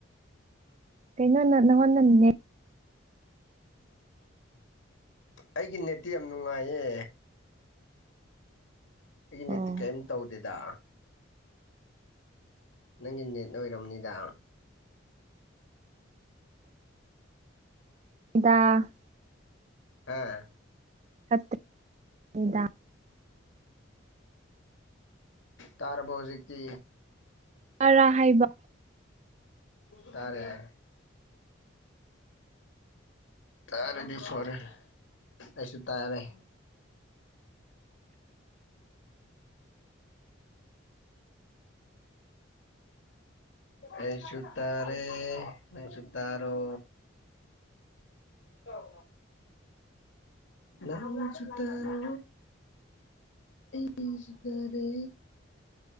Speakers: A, on the right (about 35°); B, on the left (about 70°).
A: <unintelligible>
B: ꯑꯩꯒꯤ ꯅꯦꯠꯇꯤ ꯌꯥꯝ ꯅꯨꯡꯉꯥꯏꯌꯦ꯫ ꯑꯩꯒꯤ
A: ꯑꯣ
B: ꯅꯠꯇꯤ ꯀꯌꯤꯝ ꯇꯧꯗꯦꯗ꯫ ꯅꯪꯒꯤ ꯅꯦꯠꯅ ꯑꯣꯏꯔꯝꯕꯅꯤꯗ꯫
A: ꯗ <unintelligible>
B: ꯍꯥ
A: ꯍꯠꯇ <unintelligible>
B: ꯇꯥꯔꯕꯣ ꯍꯨꯖꯤꯛꯇꯤ?
A: ꯇꯔꯥ ꯍꯥꯏꯕ꯫
B: ꯇꯥꯔꯦ, ꯇꯥꯔꯗꯤ ꯐꯔꯦ ꯑꯩꯁꯨ ꯇꯥꯔꯦ ꯑꯩꯁꯨ ꯇꯔꯦ ꯅꯪꯁꯨ ꯇꯥꯔꯣ꯫ <unintelligible> ꯅꯪꯁꯨ ꯇꯔꯣ, ꯑꯩꯁꯨ ꯇꯔꯦ꯫